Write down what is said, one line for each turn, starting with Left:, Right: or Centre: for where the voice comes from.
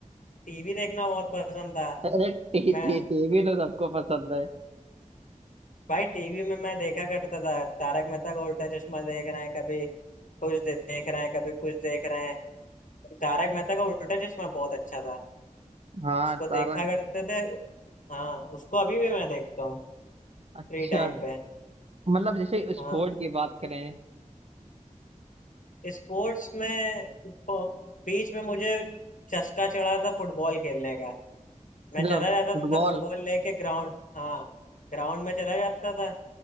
Left: टीवी देखना बहुत पसंद था
Right: अरे टी
Left: मैं
Right: टी टीवी तो सबको पसंद है
Left: भाई टीवी में मैं देखा करता था तारक मेहता का उल्टा चश्मा देख रहे हैं कभी कुछ दे- देख रहे हैं कभी कुछ देख रहे हैं तारक मेहता का उल्टा चश्मा बहुत अच्छा था
Right: हाँ
Left: उसको
Right: तारा
Left: देखा करते थे हाँ उसको अभी भी मैं देखता हूँ फ्री
Right: अच्छा
Left: टाइम पे
Right: मतलब जैसे स्पोर्ट
Left: हाँ
Right: की बात करें
Left: स्पोर्ट्स में प- बीच में मुझे चस्का चढ़ा था फुटबॉल खेलने का मैं
Right: जब
Left: चला जाता
Right: फुटबॉल
Left: था फुटबॉल लेके ग्राउंड हाँ ग्राउंड में चला जाता था